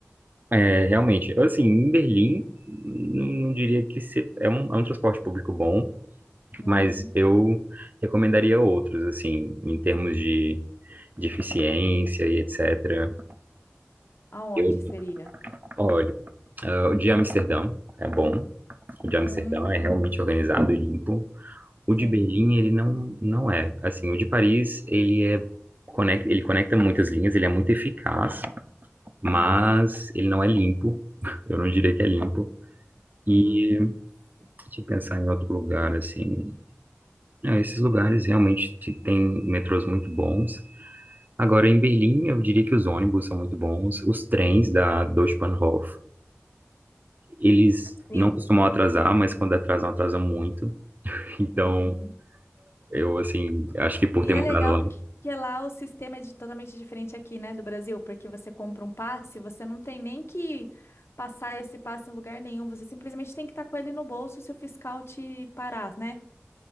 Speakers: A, on the right (about 40°); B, on the left (about 65°).
A: É, realmente, eu, assim, em Berlim, não, não diria que se- é um, é um transporte público bom,
B: Uhum.
A: mas eu recomendaria outros, assim, em termos de, de eficiência e etc.
B: Aonde
A: Eu
B: seria?
A: Olha, ah, o de Amsterdã é bom. O de Amsterdã
B: Hum,
A: é realmente organizado e limpo. O de
B: sim.
A: Berlim, ele não, não é. Assim, o de Paris, ele é conecta, ele conecta muitas linhas, ele é muito eficaz, mas
B: Uhum,
A: ele não é limpo. <laughs> Eu não diria que é limpo. E
B: uhum,
A: deixa eu pensar em outro lugar, assim. É, esses lugares realmente te- têm metrôs muito bons. Agora, em Berlim, eu diria que os ônibus são muito bons. Os trens da Deutsche Bahnhof Eles
B: sim.
A: não costumam atrasar, mas quando atrasam, atrasam muito. Então,
B: Uhum.
A: eu, assim, acho que por
B: E
A: ter
B: é
A: mudado
B: legal
A: lá.
B: porque lá o sistema é de- totalmente diferente aqui, né, do Brasil, porque você compra um passe, você não tem nem que passar esse passe em lugar nenhum, você simplesmente tem que estar com ele no bolso se o fiscal te parar, né?